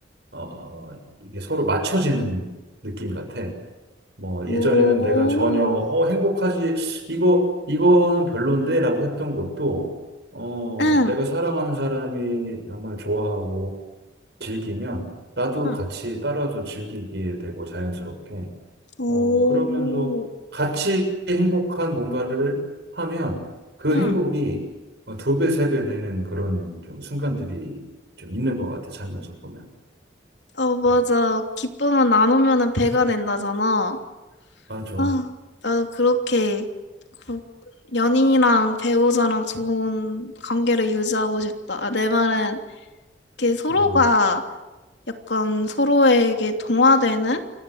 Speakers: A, on the right (about 65°); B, on the left (about 70°).
A: 어, 어, 이게 서로 맞춰지는 느낌 같아. 뭐 예전에는
B: 오,
A: 내가 전혀 어 행복하지 이거 이거는 별론데라고 했던 것도 어
B: 응,
A: 내가 사랑하는 사람이 정말 좋아하고 즐기면 나도
B: 응,
A: 같이 따라서 즐기게 되고 자연스럽게
B: 오.
A: 어, 그러면서 같이 행복한 뭔가를 하면 그
B: 응.
A: 행복이 어, 두 배, 세 배 되는 그런 좀 순간들이 좀 있는 것 같아, 살면서 보면.
B: 어, 맞아.
A: 음,
B: 기쁨은 나누면은 배가 된다잖아.
A: 맞아.
B: 아, 나도 그렇게 그 연인이랑 배우자랑 좋은 관계를 유지하고 싶다. 아, 내 말은 이렇게 서로가
A: 음,
B: 약간 서로에게 동화되는